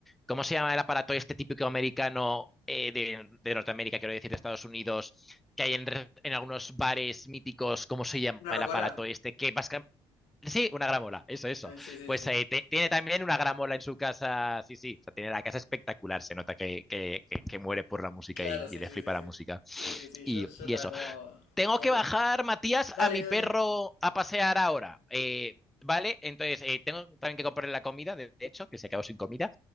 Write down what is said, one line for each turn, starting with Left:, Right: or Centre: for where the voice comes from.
Centre: ¿cómo se llama el aparato este típico americano eh, de, de Norteamérica, quiero decir, de Estados Unidos, que hay en, re- en algunos bares míticos, ¿cómo se llama
Left: ¿Una
Centre: el
Left: rocola?
Centre: aparato este? Que vas Sí, una gramola, eso, eso.
Left: Eh, sí, sí,
Centre: Pues
Left: sí.
Centre: eh,
Left: sí.
Centre: te- tiene también una gramola en su casa, sí, sí, o sea, tiene la casa espectacular, se nota que, que- que- que muere por la música
Left: Claro,
Centre: y,
Left: sí,
Centre: y le
Left: sí,
Centre: flipa
Left: sí, sí.
Centre: la música.
Left: Sí, sí, sí,
Centre: Y,
Left: yo, yo
Centre: y
Left: estaba
Centre: eso.
Left: como,
Centre: Tengo
Left: como
Centre: que
Left: todo.
Centre: bajar, Matías,
Left: Dale,
Centre: a mi perro
Left: dale.
Centre: a pasear ahora. eh, ¿vale? Entonces, eh, tengo también que comprarle la comida, de de hecho, que se quedó sin comida.